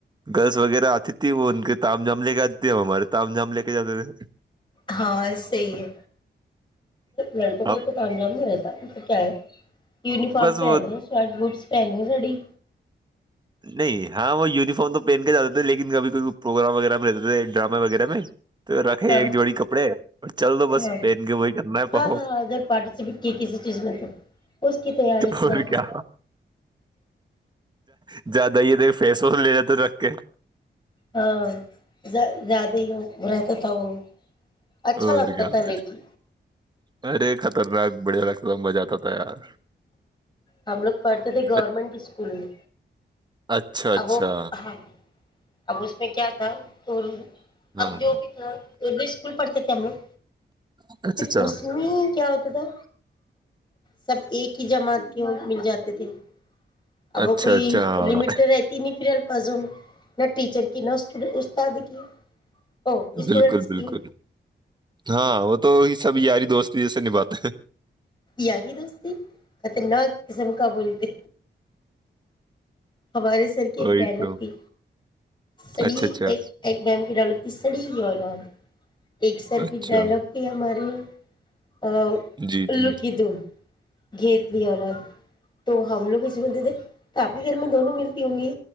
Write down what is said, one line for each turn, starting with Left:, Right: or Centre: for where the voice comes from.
Right: گرلس وغیرہ آتی تھی وہ ان کے تم جام لے کے جات ت ہیں ہمارے تم جام لے کے جاتے تھے
Left: ہاں صحی ہے لڑکوں کا
Right: اب
Left: ا توم جام نہیں رہتا کیا ہے یونیفارم
Right: بس
Left: پہنے
Right: وہ
Left: شارٹ بوٹس پہنے گڑی
Right: نہیں ہاں وہ یونیفارم تو پہن کے جاتے تھے لیکن کبھی کوئی پروگرام وغیرہ میں رہتے تھے ڈرامے وغیرہ میں تو رکھے
Left: ہاں
Right: ایک جوڑی کپڑے اور چل دو بس
Left: ہاں
Right: پہن کے وہی کرنا ہے پرفم
Left: ہاں ہاں اگر پارٹیسپیٹ کیے کسی چیز میں تو اس کی تیاری سے
Right: اور
Left: جاتے
Right: کیا
Left: تھے
Right: ج جیادہ ہی یہ ت فیس واش لے جاتے رکھ کے
Left: ہاں زیادہ ہی رہتا تھا وہ اچھا
Right: اور
Left: لگتا
Right: کیا
Left: تھا لے کہ
Right: ارے خطرناک بڑھیا لگتا تھا مزہ آتا تھا یار
Left: ہم لوگ پڑھتے تھے گورنمنٹ
Right: ارے
Left: اسکول میں
Right: اچھا اچھا
Left: اب وہ ہاں اب اس میں کیا تھا تو
Right: ہاں
Left: اب جو بھی تھا اردو اسکول پڑھتے تھے ہم لوگ
Right: اچھا
Left: پھر
Right: اچھا
Left: اس میں کیا ہوتا تودا سب ایک ہی جماعت کے مل جاتے تھے ابو
Right: اچھا
Left: کوئی
Right: اچھا ہاں
Left: لمٹ تو ہے تین افریل پازن نہ ٹیچر کی نہ اس استاد کی او اسٹوڈینٹس
Right: بالکل
Left: کی
Right: بالکل ہاں وہ تو سب یاری دوستی جیسے نباتا ہے
Left: یاری دوستی خطرناک کسم کا بولتے ہمارے سر
Right: ہیں
Left: کی ایک
Right: وہی
Left: ڈائلگ
Right: تو
Left: تھی سڑی
Right: اچھا اچھا
Left: ایک ایک میم کی ڈائلگ ت پڑی اولاد ایک سر
Right: اچھا
Left: کی ڈائلگ تھی ہماری ا
Right: جی
Left: ال
Right: جی
Left: لوک د گت لی اورورات تو ہم لوگ اسی بندے دے کافی پھر میں دونوں ملتی ہوں گی